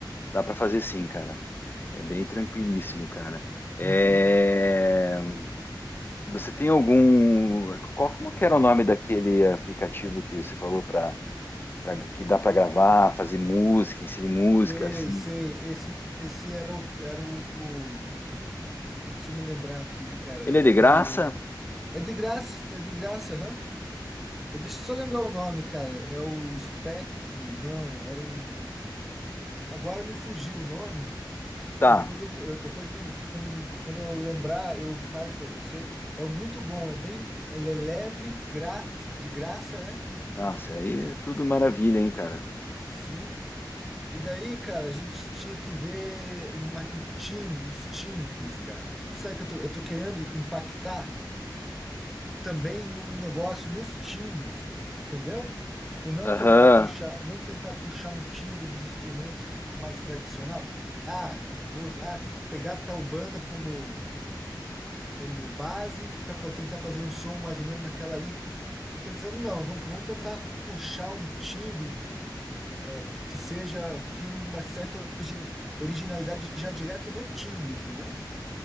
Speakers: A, on the left; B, in the centre.
A: Dá para fazer sim, cara. É bem tranquilíssimo, cara.
B: Uhum.
A: É, Você tem algum. Qual como que era o nome daquele aplicativo que você falou para pra, que dá para gravar, fazer música, inserir música,
B: Sei,
A: assim.
B: sei. Esse, esse era o, era o. o- Deixa eu me lembrar aqui, cara.
A: Ele é de
B: Era
A: graça?
B: o. É de graça, é de graça, aham. Eu- Deixa eu só lembrar o nome, cara. É o Espectro, não, era um. Agora me fugiu o nome,
A: Tá.
B: Mas depois eu, eu depois me quando, quando eu lembrar, eu falo para você, é muito bom, é bem, ele é leve, grátis, de graça, né?
A: Nossa, aí é tudo maravilha, hein, cara.
B: Sim. E daí, cara, a gente tinha que ver uma, um tim, os timbres, cara. Que sabe que eu tô, eu tô querendo impactar também num negócio nos timbres, cara. Entendeu? Tipo, não
A: Aham,
B: tentar puxar, não tentar puxar um timbre dos instrumentos mais tradicional. Ah, vou, ah, pegar tal banda como como base para tentar fazer um som mais ou menos naquela linha. Tô pensando, não, vamos, vamos tentar puxar um timbre é, que seja, que tenha uma certa origina- originalidade já direto no timbre, entendeu?